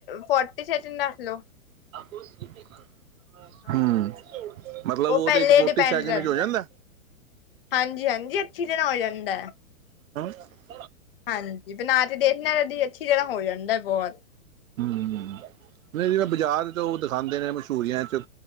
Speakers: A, on the left; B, on the right.
A: ਫੋਰਟੀ ਸੈਕਿੰਡ ਰੱਖ ਲੋ।
B: <unintelligible>
A: ਹਾਂ
B: ਹਮ ਮਤਲਬ
A: ਉਹ
B: ਉਹਦੇ
A: ਪਹਿਲੇ
B: ਚ ਫੋਰਟੀ
A: ਡਿਪੈਂਡ
B: ਸੈਕਿੰਡ
A: ਕਰਦਾ
B: ਵਿੱਚ ਹੋ ਜਾਂਦਾ
A: ਹਾਂਜੀ-ਹਾਂਜੀ ਅੱਛੀ ਤਰਾ ਹੋ ਜਾਂਦਾ ਹੈ।
B: <unintelligible>
A: ਹਾਂਜੀ ਬਣਾ ਕੇ ਦੇਖਦੇ ਉਦੇ ਵਿੱਚ ਜਿਹੜਾ ਹੋ ਜਾਂਦਾ ਹੈ ਬਹੁਤ
B: ਹਮ ਨਹੀਂ ਮੈਂ ਬਾਜ਼ਾਰ ਤੋਂ ਉਹ ਦਿਖਾਉਂਦਾ ਮਸ਼ਹੂਰੀਆਂ 'ਚ